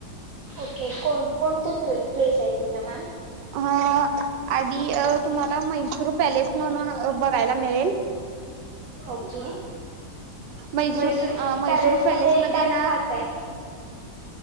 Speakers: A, on the right (about 60°); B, on the right (about 75°).
A: ओके कोण कोणते प्रे प्लेस आहेत तिथं मॅम?
B: हा आधी तुम्हाला म्हैसूर पॅलेस म्हणून बघायला मिळेल
A: ओके,
B: मैसूर
A: म्हैसूर
B: अ मैसूर
A: पॅलेस
B: पॅलेसमध्ये
A: मध्ये काय
B: ना
A: खास आहे